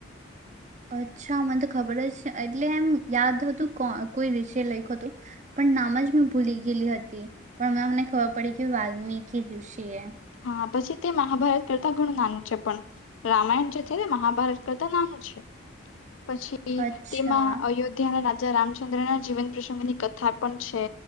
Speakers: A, on the right (about 35°); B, on the left (about 70°).
A: અચ્છા મને તો ખબર જ એટલે એમ યાદ હતું કો કોઈ ઋષિએ લખ્યું હતું પણ નામ જ મેં ભૂલી ગયેલી હતી પણ અ મમને ખબર પડી કે વાલ્મીકી ઋષિએ.
B: હા પછી તે મહાભારત કરતા ઘણું નાનું છે પણ રામાયણ જે છે તે મહાભારત કરતા નાનું છે. પછી
A: અચ્છા
B: તેમાં અયોધ્યા ના રાજ રામચંદ્ર જીવન પ્રસંગની કથા પણ છે